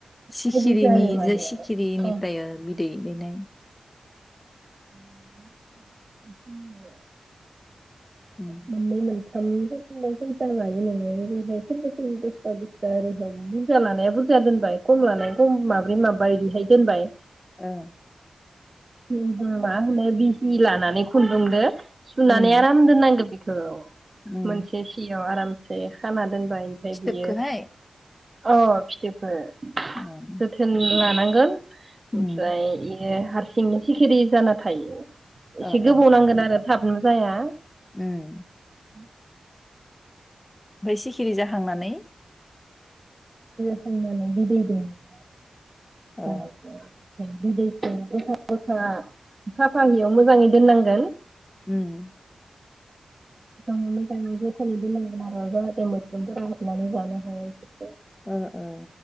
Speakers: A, on the left; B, on the right.
A: सिखिरिनि
B: बायदि जायो माने
A: जे सिखिरिनिफ्राय
B: औ
A: बिदै दैनाय
B: <inaudible> ओ
A: उम
B: मोननै मोन थाम <unintelligible> लायो नोङो ओरैहाय सोरबा सोरबा दसथा बस्था ओरैहाय बुरजा लानाया बुरजा दोनबाय खम लानाया खम माब्रै माबा बिदिहाय दोनबाय।
A: उम
B: उम मा होनो बिजि लानानै खुन्दुंदो सुनानै
A: उम
B: आराम दोननांगौ बे औ
A: उम
B: मोनसे सियाव आराम से खाना दोनबाय ओमफ्राय
A: फिथोबखौहाय
B: बियो औ फिथोबखौ।
A: उम
B: जोथोन लानां ओं
A: उम
B: ओमफ्राय ए हारसिंनो सिखिरि जाना थायो। एसे
A: ओ
B: गोबाव
A: ओ
B: नांगोन आरो। थाबनो जाया।
A: उम
B: <inaudible> <unintelligible> <unintelligible>
A: सिखिरि जाखांनानै
B: होनबाना बिदै दैयो। <inaudible> <unintelligible>
A: ओ
B: बिदै दैखांबा साफा हियाव मोजाङै दोननांगोन।
A: ओम
B: मोजाङै मोजाङै जोथोनै दोनाबोला जाहाथे मोस्रोमफोरा हाबनानै जानो हाया।
A: ओ ओ